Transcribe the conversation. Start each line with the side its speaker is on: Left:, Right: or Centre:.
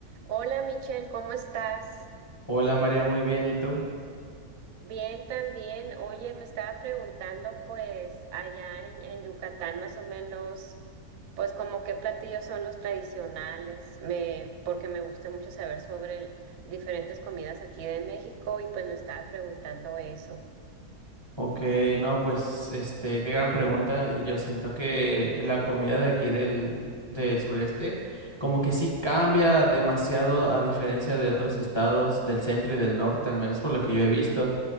Right: Hola Michelle, ¿cómo estás?
Left: Hola María, muy bien, ¿y tú?
Right: Bien también. Oye, me estaba preguntando pues allá en, en Yucatán más o menos, pues como qué platillos son los tradicionales, me, porque me gusta mucho saber sobre el- diferentes comidas aquí de México y pues me estaba preguntando eso.
Left: Ok, no, pues este, qué gran pregunta. Y yo siento que la comida de aquí del, del sureste, como que sí cambia demasiado a diferencia de otros estados del centro y del norte, al menos por lo que yo he visto.